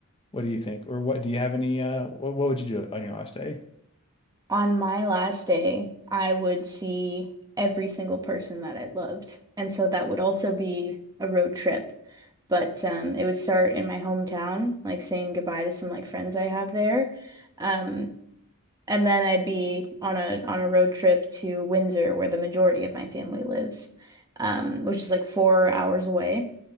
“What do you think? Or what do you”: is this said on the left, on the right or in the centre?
Left